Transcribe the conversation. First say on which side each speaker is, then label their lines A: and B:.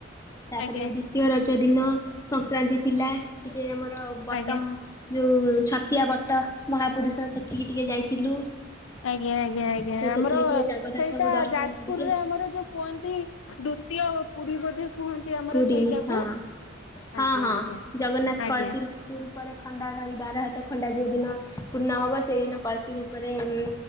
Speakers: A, on the left; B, on the left.
A: ତାପରେ
B: ଆଜ୍ଞା ଆଜ୍ଞା
A: ଦ୍ଵିତୀୟ ରଜ ଦିନ ସଂକ୍ରାନ୍ତି ଥିଲା। ଇଏ ଆମର ବଟମ
B: ଆଜ୍ଞା
A: ଯୋଉ ଛତିଆ ବଟ ମହାପୁରୁଷ ସେଠିକି ଟିକେ ଯାଇଥିଲୁ।
B: ଆଜ୍ଞା ଆଜ୍ଞା ଆଜ୍ଞା
A: ତ
B: ଆମର
A: ସେଠିକି ଟିକେ ଜଗନ୍ନାଥଙ୍କୁ
B: ସେଇଟା
A: ଦର୍ଶନ
B: ଯାଜପୁରରେ
A: କରିକି ଆସିଲୁ।
B: ଆମର ଯୋଉ କୁହନ୍ତି ଦୁ ଦ୍ୱିତୀୟ ପୁରୀ ବୋଧେ କୁହନ୍ତି ଆମର
A: ପୁରୀ
B: ସେଇଟାକୁ
A: ହଁ ହଁ
B: ଆଜ୍ଞା
A: ହଁ
B: ଆଜ୍ଞା
A: ଜଗନ୍ନାଥ
B: ଆଜ୍ଞା
A: କଳ୍କୀ ରୂପ ଉପରେ ଖଣ୍ଡା ଧରି ବାର ହାତ ଖଣ୍ଡା ଯୋଉ ଦିନ ପୂର୍ଣ୍ଣ ହବ ସେଇଦିନ କଳ୍କୀ ରୂପରେ ଉଁ